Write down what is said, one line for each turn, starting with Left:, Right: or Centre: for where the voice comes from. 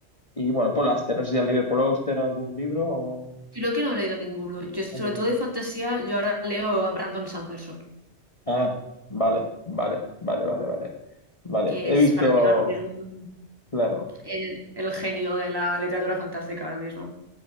Left: y bueno, Paul Auster, no sé si has leído Paul Auster algún libro o...
Right: Creo que no he leído ninguno. Yo, sobre
Left: ¿Has leído?
Right: todo de fantasía, yo ahora leo a Brandon Sanderson,
Left: Ah, vale, vale, vale, vale, vale. Vale,
Right: que
Left: he
Right: es
Left: visto,
Right: para mí ahora mismo
Left: claro,
Right: el, el genio de la literatura fantástica ahora mismo.